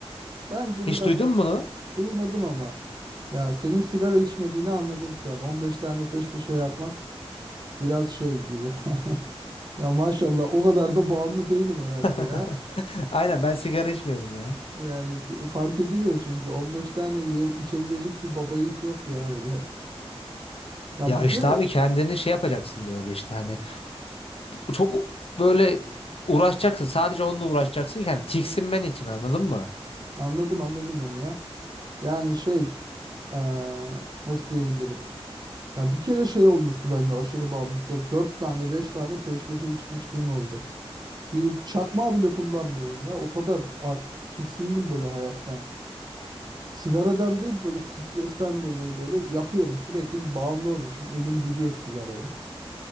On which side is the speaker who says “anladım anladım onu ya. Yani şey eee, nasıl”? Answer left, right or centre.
Right